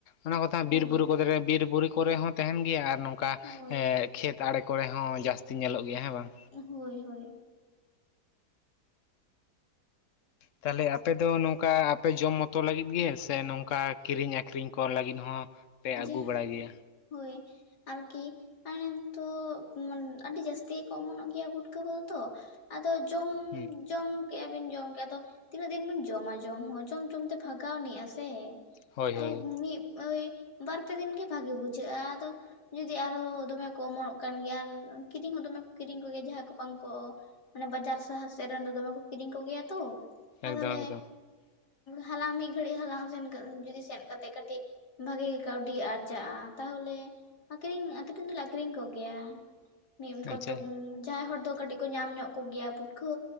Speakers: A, on the left; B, on the left.
A: ᱚᱱᱟ ᱠᱚᱫᱚ ᱦᱟᱸ
B: ᱦᱳᱭ
A: ᱵᱤᱨ ᱵᱩᱨᱩ ᱠᱚ ᱫᱷᱟᱨᱮ ᱵᱤᱨ ᱵᱩᱨᱩ ᱠᱚᱨᱮ ᱦᱚᱸ ᱛᱟᱦᱮᱱ ᱜᱮᱭᱟ ᱟᱨ ᱱᱚᱝᱠᱟ
B: ᱦᱳᱭ
A: ᱮ ᱠᱷᱮᱛ ᱟᱲᱮ ᱠᱚᱨᱮ ᱦᱚᱸ ᱡᱟᱹᱥᱛᱤ ᱧᱮᱞᱚᱜ ᱜᱮᱭᱟ ᱦᱮᱸ ᱵᱟᱝ᱾
B: ᱮᱸ ᱦᱳᱭ ᱦᱳᱭ᱾
A: ᱛᱟᱦᱚᱞᱮ ᱟᱯᱮ ᱫᱚ ᱱᱚᱝᱠᱟ ᱟᱯᱮ ᱡᱚᱢ ᱢᱚᱛᱚ ᱞᱟᱹᱜᱤᱫ ᱜᱮ ᱥᱮ ᱱᱚᱝᱠᱟ ᱠᱤᱨᱤᱧ ᱟᱹᱠᱷᱨᱤᱧ ᱠᱚ ᱞᱟᱹᱜᱤᱫ ᱦᱚᱸ? ᱦᱚᱸ ᱯᱮ ᱟᱹᱜᱩ
B: ᱡᱮ
A: ᱵᱟᱲᱟ ᱜᱮᱭᱟ᱾
B: ᱦᱳᱭ᱾ ᱟᱨᱠᱤ ᱟᱞᱮ ᱱᱤᱛᱚᱜ ᱢᱟᱱᱮ ᱟᱹᱰᱤ ᱡᱟᱹᱥᱛᱤ ᱜᱮᱠᱚ ᱚᱢᱚᱱᱚᱜ ᱜᱮᱭᱟ ᱯᱩᱴᱠᱟᱹ ᱠᱚᱫᱚ ᱛᱚ᱾ ᱟᱫᱚ ᱡᱚᱢ
A: ᱦᱮᱸ᱾
B: ᱡᱚᱢ ᱠᱮᱫᱼᱟ ᱵᱤᱱ ᱡᱚᱢ ᱠᱮᱫᱼᱟ ᱟᱫᱚ ᱛᱤᱱᱟᱹᱜ ᱫᱤᱱ ᱵᱤᱱ ᱡᱚᱢᱟ ᱡᱚᱢ ᱦᱚᱸ ᱡᱚᱢ ᱡᱚᱢᱛᱮ ᱵᱷᱟᱜᱟᱣ ᱟᱱᱤᱜᱼᱟ ᱥᱮ᱾
A: ᱦᱳᱭ
B: ᱩᱫ
A: ᱦᱳᱭ
B: ᱢᱤᱫ ᱳᱭ ᱵᱟᱨᱯᱮ ᱫᱤᱱ ᱜᱮ ᱵᱷᱟᱜᱮ ᱵᱩᱡᱷᱟᱹᱜᱼᱟ᱾ ᱟᱫᱚ ᱡᱩᱫᱤ ᱟᱨᱦᱚᱸ ᱫᱚᱢᱮ ᱠᱚ ᱚᱢᱚᱱᱚᱜ ᱠᱟᱱ ᱜᱮᱭᱟ ᱟᱨ ᱠᱤᱨᱤᱧ ᱦᱚᱸ ᱫᱚᱢᱮ ᱠᱚ ᱠᱤᱨᱤᱧ ᱠᱚᱜᱮᱭᱟ ᱡᱟᱦᱟᱸᱭ ᱠᱚ ᱵᱟᱝᱠᱚ ᱢᱟᱱᱮ ᱵᱟᱡᱟᱨ ᱥᱟᱦᱟᱨ ᱥᱮᱫ ᱨᱮᱱ ᱫᱚ ᱫᱚᱢᱮ ᱠᱚ ᱠᱤᱨᱤᱧ ᱠᱚᱜᱮᱭᱟ ᱛᱚ ᱟᱫᱚ
A: ᱮᱠᱫᱚᱢ
B: ᱛᱟᱦᱚᱞᱮ
A: ᱮᱠᱫᱚᱢ
B: ᱦᱟᱞᱟᱝ ᱢᱤᱫ ᱜᱷᱟᱹᱲᱤᱡ ᱦᱟᱞᱟᱝ ᱥᱮᱱ ᱡᱩᱫᱤ ᱥᱮᱱ ᱠᱟᱛᱮᱜ ᱠᱟᱹᱴᱤᱡ ᱵᱷᱟᱜᱤ ᱜᱮ ᱠᱟᱹᱣᱰᱤ ᱟᱨᱡᱟᱜᱼᱟ ᱛᱟᱦᱚᱞᱮ ᱟᱹᱠᱷᱨᱤᱧ ᱟᱹᱠᱷᱨᱤᱧ ᱫᱚᱞᱮ ᱟᱹᱠᱷᱨᱤᱧ ᱠᱚᱜᱮᱭᱟ ᱢᱤᱫ ᱠᱚ
A: ᱟᱪᱪᱷᱟ
B: ᱡᱟᱦᱟᱸᱭ ᱦᱚᱲ ᱫᱚ ᱠᱟᱹᱴᱤᱡ ᱠᱚ ᱧᱟᱢ ᱧᱚᱜ ᱠᱚᱜᱮᱭᱟ ᱯᱩᱴᱷᱠᱟᱹ